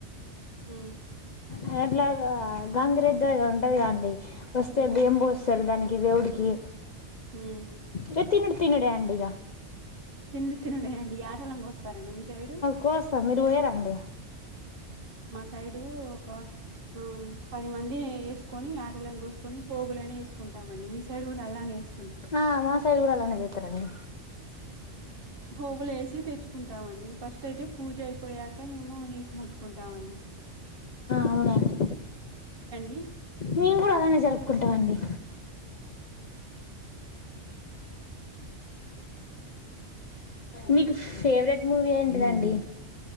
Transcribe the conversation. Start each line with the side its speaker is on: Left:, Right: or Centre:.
Right: హ్మ్
Left: హా అట్లా గంగిరెద్దు ఏదో ఉంటది కదండి వస్తే
Right: హ్మ్
Left: బియ్యం బోస్సరు దాని ఇ దేవుడికి
Right: హ్మ్
Left: ఇక తినుడు తినుడే అండి ఇగ
Right: ఇంతినుడే అండి యాటలం కోస్ స్సారు అండి మీ సైడ్
Left: కోస్తాం మీరు పోయారండి
Right: సైడ్ ఒక అమ్ పది మంది వేసుకొని ఆటలను కోసుకొని పోగులని వేసుకుంటామండి, మీ సైడ్ గూడా అల్లానే వేసు
Left: ఆ మా సైడ్ కూడా అలానే చేతరండి
Right: పోగులు వేసి తెచ్చుకుంటామండి ఫస్ట్ అయితే పూజ అయి పోయాక మేము నీసు ముట్టుకుంటామండి
Left: అవునండి
Right: మీరండి
Left: మేము కూడా అలానే జరుపుకుంటామండి మీకు ఫేవరెట్ మూవీ ఏంటిదండి